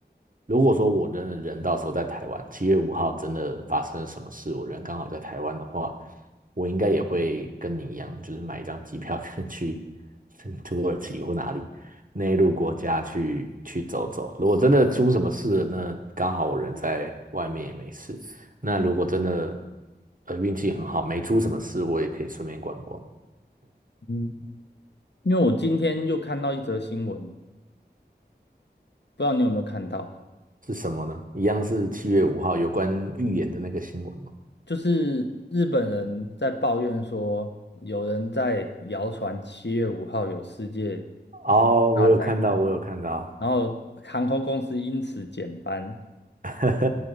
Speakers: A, on the right; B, on the left.
A: 如果说我真的人到时候在台湾，七月五号真的发生什么事，我人刚好在台湾的话，我应该也会跟你一样，就是买一张机票跟去 <laughs> 土耳其或哪里内陆国家去去走走。如果真的出什么事了，那刚好我人在外面也没事。那如果真的呃运气很好，没出什么事，我也可以顺便观光。
B: 嗯，因为我今天又看到一则新闻，不知道你有没有看到，
A: 是什么呢？一样是七月五号有关预言的那个新闻吗
B: 就是日本人在抱怨说，有人在谣传七月五号有世界级大灾难，
A: 哦，我有看到，我有看到，
B: 然后航空公司因此减班。
A: <laughs>